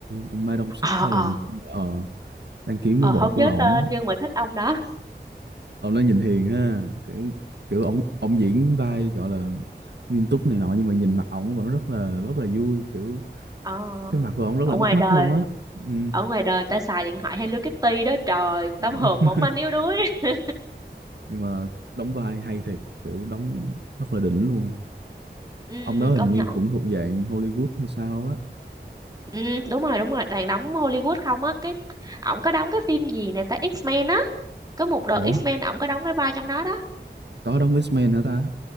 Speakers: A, on the right; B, on the right.
A: ông Ma Đông Sóc
B: ờ
A: hay
B: ờ
A: là ờ đăng kiếm
B: ờ
A: với bộ
B: không
A: của
B: nhớ
A: ổng
B: tên nhưng mà thích ông đó
A: ông nó nhìn hiền ha kiểu kiểu ổng ổng diễn vai gọi là nghiêm túc này nọ nhưng mà nhìn mặt ổng vẫn rất là rất là vui kiểu
B: ờ
A: cái mặt của ổng rất
B: ở
A: là
B: ngoài
A: bắt mắt
B: đời
A: luôn á ừ.
B: ở ngoài đời người ta xài điện thoại Hello Kitty đó trời một
A: <laughs>
B: tấm hộp mỏng manh yếu đuối <laughs>
A: nhưng mà đóng vai hay thiệt kiểu đóng rất là đỉnh luôn
B: ừ,
A: ông đó
B: ừ, công
A: hình như
B: nhận
A: cũng thuộc dạng Hollywood hay sao á
B: ừ, đúng rồi đúng rồi toàn đóng Hollywood không á cái ổng có đóng cái phim gì nè ta X-Men á có một đợt
A: ủa
B: X-Men ổng có đóng cái vai trong đó đó
A: có đóng X-Men hả ta